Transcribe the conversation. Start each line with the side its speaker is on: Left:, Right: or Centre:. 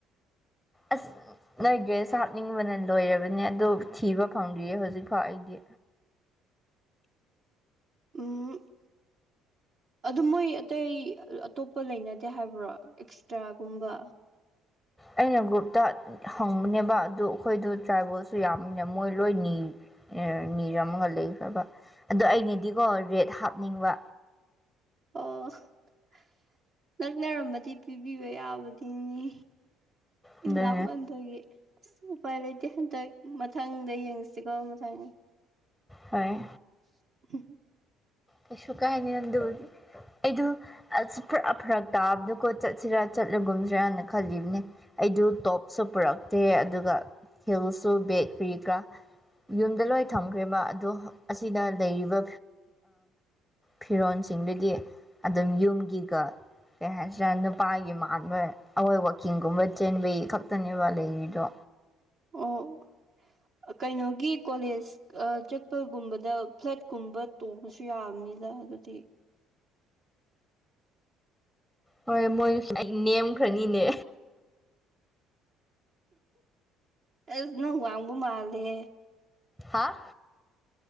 Centre: ꯑꯁ ꯅꯣꯏ ꯗ꯭ꯔꯦꯁ ꯍꯥꯞꯅꯤꯡꯕꯅ ꯂꯣꯏꯔꯕꯅꯦ ꯑꯗꯨ ꯊꯤꯕ ꯐꯪꯗ꯭ꯔꯤꯌꯦ ꯍꯧꯖꯤꯛꯐꯥꯎ ꯑꯩꯗꯤ
Right: ꯎꯝ ꯑꯗꯨ ꯃꯣꯏ ꯑꯇꯩ ꯑꯇꯣꯞꯄ ꯂꯩꯅꯗꯦ ꯍꯥꯏꯕ꯭ꯔꯣ ꯑꯦꯛꯁꯇ꯭ꯔꯥꯒꯨꯝꯕ
Centre: ꯑꯩꯅ ꯒ꯭ꯔꯨꯞꯇ ꯍꯪꯕꯅꯦꯕ ꯑꯗꯨ ꯑꯩꯈꯣꯏꯗꯨ ꯇ꯭ꯔꯥꯏꯕꯦꯜꯁꯨ ꯌꯥꯝꯕꯅꯤꯅ ꯃꯣꯏ ꯂꯣꯏ ꯅꯤ ꯅꯤꯔ ꯑꯃꯒ ꯂꯩꯈ꯭ꯔꯕ ꯑꯗꯣ ꯑꯩꯅꯗꯤꯀꯣ ꯔꯦꯠ ꯍꯥꯞꯅꯤꯡꯕ
Right: ꯑꯣ <unintelligible> ꯅꯛꯅꯔꯝꯃꯗꯤ ꯄꯤꯕꯤꯕ ꯌꯥꯕꯗꯨꯅꯤ ꯑꯩ
Centre: ꯑꯗꯨꯅꯦ
Right: ꯂꯥꯞꯃꯟꯕꯒꯤ ꯑꯁ ꯎꯄꯥꯏ ꯂꯩꯇꯦ ꯍꯟꯗꯛ ꯃꯊꯪꯗ ꯌꯦꯡꯁꯤꯀꯣ ꯃꯊꯪ
Centre: ꯍꯣꯏ
Right: <unintelligible>
Centre: ꯀꯩꯁꯨ ꯀꯥꯏꯅꯤ ꯅꯪꯗ ꯑꯩꯗ ꯑꯁ ꯐꯔꯥ ꯐꯔꯛ ꯇꯥꯕꯗꯨꯣꯀꯣ ꯆꯠꯁꯤꯔꯥ ꯆꯠꯂꯣꯒꯨꯝꯁꯤꯔꯅ ꯈꯜꯂꯤꯕꯅꯦ ꯑꯩꯗꯨ ꯇꯣꯞꯁꯨ ꯄꯨꯔꯛꯇꯦ ꯑꯗꯨꯒ ꯍꯤꯜꯁꯨ ꯕꯦꯛ ꯀꯔꯤ ꯀꯔꯥ ꯌꯨꯝꯗ ꯂꯣꯏ ꯊꯝꯈ꯭ꯔꯦꯕ ꯑꯗꯣ ꯑꯁꯤꯅ ꯂꯩꯔꯤꯕ ꯐꯤꯔꯣꯟꯜꯁꯤꯡꯗꯨꯗꯤ ꯑꯗꯨꯝ ꯌꯨꯝꯒꯤꯒ ꯀꯩ ꯍꯥꯏꯁꯤꯅ ꯅꯨꯄꯥꯒꯤ ꯃꯥꯟꯕ ꯑꯩꯈꯣꯏ ꯋꯥꯛꯀꯤꯡꯒꯨꯝꯕ ꯆꯦꯟꯕꯩ ꯈꯛꯇꯅꯦꯕ ꯂꯩꯔꯤꯗꯣ
Right: ꯑꯣ ꯀꯩꯅꯣꯒꯤ ꯀꯣꯂꯦꯖ ꯆꯠꯄꯒꯨꯝꯕꯗ ꯐ꯭ꯂꯦꯠꯀꯨꯝꯕ ꯇꯣꯡꯕꯁꯨ ꯌꯥꯕꯅꯤꯗ ꯑꯗꯨꯗꯤ
Centre: ꯍꯣꯏ ꯃꯣꯏ ꯑꯩ ꯅꯦꯝꯈ꯭ꯔꯅꯤꯅꯦ
Right: ꯑꯁ ꯅꯪ ꯋꯥꯡꯕ ꯃꯥꯜꯂꯦ
Centre: ꯍꯥꯥ